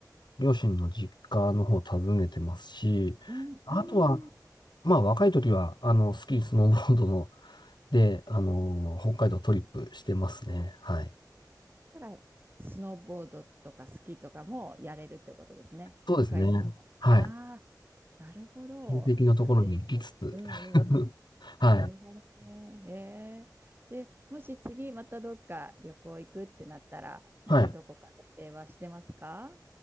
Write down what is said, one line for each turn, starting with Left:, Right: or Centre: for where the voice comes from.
Left: 両親の実家の方を訪ねてますし、
Right: うん。
Left: あとは、まあ若い時は、あの、スキー、スノーボードの、
Right: うん。
Left: で、あの、北海道トリップしてますね。はい。
Right: だから、スノーボードとかスキーとかもやれるってことですね。
Left: そうですね。
Right: 北海道。
Left: はい。
Right: ああ、なるほど。
Left: 親戚のところに行きつつ、
Right: だって、うんうん。
Left: <laughs> はい。
Right: なるほどね。へえ。で、もし次またどっか旅行行くってなったら、なんかどこかで電話してますか
Left: はい。